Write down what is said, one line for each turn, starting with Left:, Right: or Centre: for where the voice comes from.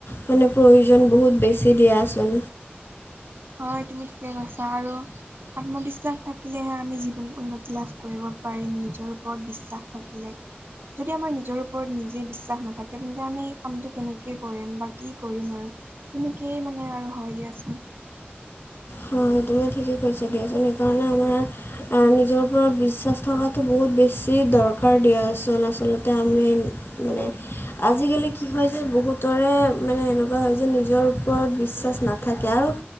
Left: মানে প্ৰয়োজন বহুত বেছি দিয়াচোন
Right: হয় তুমি ঠিকে কৈছা আৰু আত্মবিশ্বাস থাকিলেহে আমি জীৱনত উন্নতি লাভ কৰিব পাৰিম। নিজৰ ওপৰত বিশ্বাস থাকিলে যদি আমাৰ নিজৰ ওপৰত নিজে বিশ্বাস নাথাকে, তেন্তে আমি এই কামটো কেনেকে কৰিম বা কি কৰিম আৰু তেনেকেই মানে আৰু হয় দিয়াচোন
Left: হয় তুমি ঠিকেই কৈছা দিয়াচোন সেইকাৰণে আমাৰ আৰু নিজৰ ওপৰত বিশ্বাস থকাটো বহুত বেছি দৰকাৰ দিয়াচোন। আচলতে আমি মানে আজিকালি কি হয় যে বহুতৰে মানে এনেক এনেকা হয় যে নিজৰ ওপৰত বিশ্বাস নাথাকে আৰু